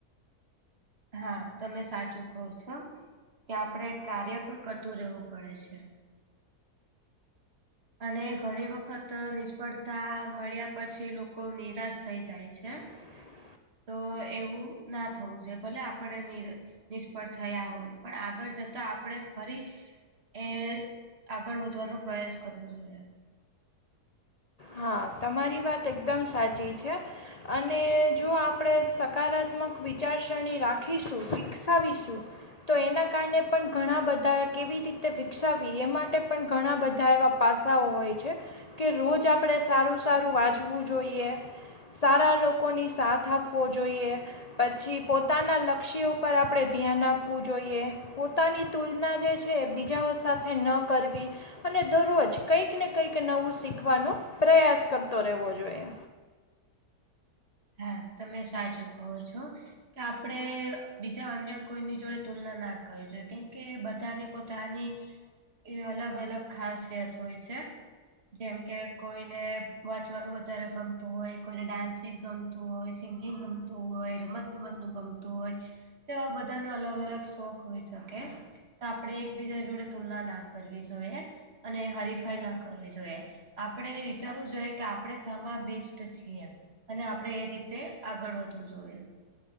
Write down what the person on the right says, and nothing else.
હા તમે સાચું કહો છો. કે આપડે કાર્ય પણ કરતું રહેવું પડે છે. અને ઘણી વખત નિષ્ફળતા મળ્યા પછી લોકો નિરાશ થઈ જાય છે.
તો એવું ના થવું જોઈએ. ભલે આપડે નીર નિષ્ફળ થયા હોય. પણ આગળ જતા આપણે ફરી એ આગળ વધવાનો પ્રયાસ કરવો જોઈએ.
હા તમે સાચું કહો છો. કે આપડે બીજા અન્ય કોઈની જોડે તુલના ના કરવી જોઈએ. કેમ કે બધાને પોત પોતાની એ અલગ અલગ ખાસિયત હોય છે. જેમ કે કોઈને વાંચવાનું વધારે ગમતું હોય, કોઈને ડાન્સિંગ ગમતું હોય, સિંગિંગ ગમતું હોય, રમત ગમતનું ગમતું હોય. તો બધાનો અલગ અલગ શોખ હોઈ શકે. તો આપણે એકબીજા જોડે તુલના ના કરવી જોઈએ અને હરીફાઈ ના કરવી જોઈએ. આપણે વિચારવું જોઈએ કે આપણે શામાં બેસ્ટ છીએ. અને આપણેે એ રીતે આગળ વધવું જોઈએ.